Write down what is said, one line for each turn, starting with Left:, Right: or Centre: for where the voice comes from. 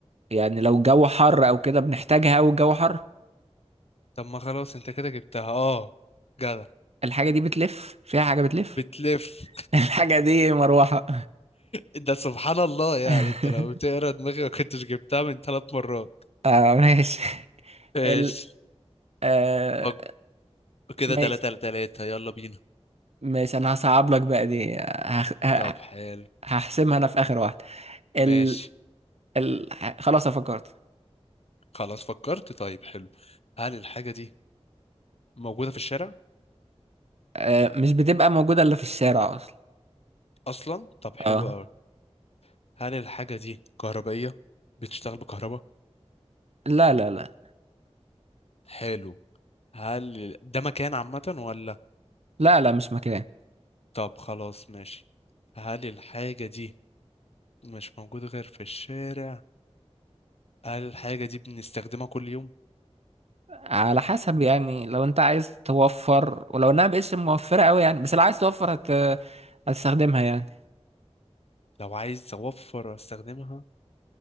Right: يعني لو الجو حر أو كده بنحتاجها والجو حر
Left: طب ما خلاص انت كده جبتها اه جدع
Right: الحاجة دي بتلف فيها حاجة بتلف
Left: بتلف
Right: <laughs> الحاجة دي مروحة
Left: ده سبحان الله يعني
Right: <laughs>
Left: انت لو بتقرا دماغي ما كنتش جبتها من ثلاث مرات
Right: اه ماشي
Left: ايش
Right: ال آه
Left: فك كده
Right: ماشي
Left: تلاتة لتلاتة يلا بينا
Right: ماشي انا هصعب لك بقى دي هخ... ه-
Left: طب حلو
Right: هحسمها انا في اخر واحده ال...
Left: ماشي
Right: ال... خلاص أنا فكرت
Left: خلاص فكرت طيب حلو هل الحاجة دي موجودة في الشارع
Right: آه، مش بتبقى موجوده الا في الشارع اصلا
Left: أصلا طب حلو
Right: اه
Left: أوي هل الحاجة دي كهربائية بتشتغل بكهرباء
Right: لا لا لا
Left: حلو هل ده مكان عامة ولا
Right: لا لا مش مكان
Left: طب خلاص ماشي هل الحاجة دي مش موجودة غير في الشارع هل الحاجة دي بنستخدمها كل يوم
Right: على حسب يعني لو انت عايز توفر ولو انها مبقتش موفره قوي يعني بس لو عايز توفر هت... هتستخدمها يعني
Left: لو عايز أوفر أستخدمها